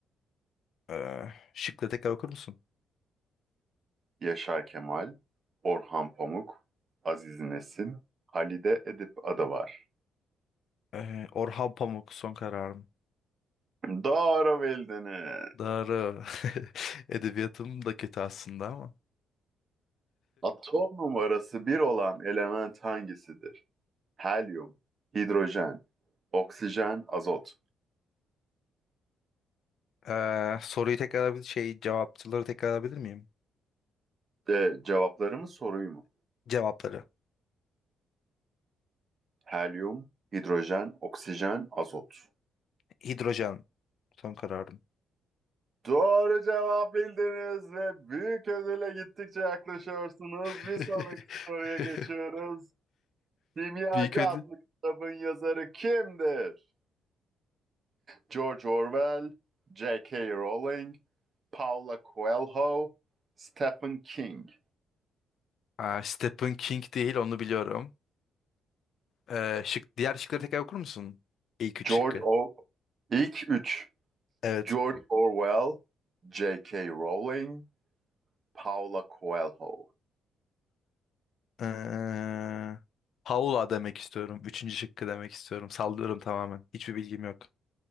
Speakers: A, on the left; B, on the right.
A: Ee, şıkları tekrar okur musun?
B: Yaşar Kemal, Orhan Pamuk, Aziz Nesin, Halide Edip'adı var.
A: Ee, Orhan Pamuk son kararım.
B: Doğru bildiniz.
A: Doğru. <laughs> Edebiyatım da kötü aslında ama.
B: Atom numarası bir olan element hangisidir? Helyum, hidrojen, oksijen, azot.
A: Ee, soruyu tekrar bir şey cevapçıları tekrar alabilir miyim?
B: De, cevapları mı soruyu mu?
A: Cevapları.
B: Helyum, hidrojen, oksijen, azot.
A: Hidrojen son kararım.
B: Doğru cevap bildiniz ve büyük ödüle gittikçe yaklaşıyorsunuz. Bir
A: <laughs>
B: sonraki soruya geçiyoruz. Kimyacı
A: Büyük ödül.
B: adlı kitabın yazarı kimdir? George Orwell, J.K. Rowling, Paula Coelho, Stephen King.
A: Aa, Stephen King değil onu biliyorum. Ee, şık, diğer şıkları tekrar okur musun? İlk üç
B: George
A: şıkkı.
B: O... İlk üç.
A: Evet.
B: George Orwell, J.K. Rowling, Paula Coelho.
A: Ee, Paula demek istiyorum. Üçüncü şıkkı demek istiyorum. Sallıyorum tamamen. Hiçbir bilgim yok.